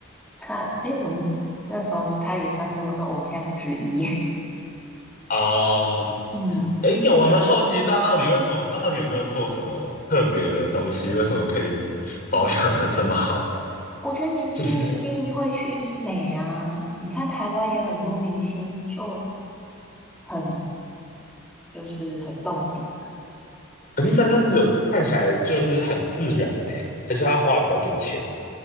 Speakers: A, in the centre; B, on the left.
A: 他，诶，我那那时候就他也算是我的偶像之一，
B: <laughs> 哦，
A: <laughs> 嗯，
B: 哎，我蛮好奇大到底为什么，他到底有没有做什么特别的东西？为什么可以保养的这么好？
A: 我了什么特我觉得明星一定会去医美啊，
B: 就是，
A: 你看台湾也很多明星就很就是很动笔，
B: 可是山下智久看起来就是很自然呢，还是他花比较多钱？